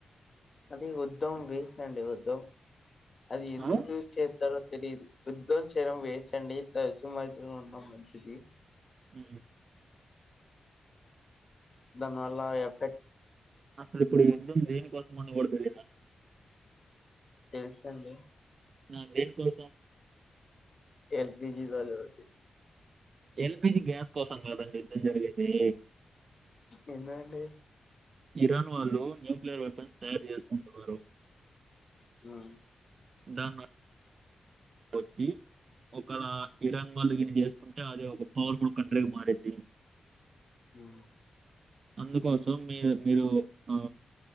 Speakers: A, on the left (about 45°); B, on the right (about 60°).
A: అది ఉద్ధం వీస అండి ఉద్ద్దం అది ఎందు
B: ఆ?
A: చే తెలిదు యుద్ధం చేయడం వేస్ండి తరచు మరచు ఉన్న మంచిది
B: హ
A: దానిల ఎఫెక్ట్
B: అసలు ఇప్పుడు ఎందుకు దేనికోసం అని కూడా తెలియదంట
A: తెలిసింది
B: ఆ దేని కోసం
A: ఎల్పిజీ త జరుసి
B: ఎల్ జ గ్యాస్ కోసం కదండి యుద్ధం జరిగగేది
A: ఏందండి
B: ఇరాన్ వాళ్ళు న్యూక్లియర్ వెపన్స్ తయారు చేసుకుంటున్నారు
A: హ్మ్
B: ాన్ వచ్చి ఒక ఇరాన్ వాళ్ళుగానీ చేసుకుంటే అది ఒక పవర్ఫుల్ కంట్రీగా మారింది
A: హ్మ్
B: అందుకోసం మీరు మీరు ఆ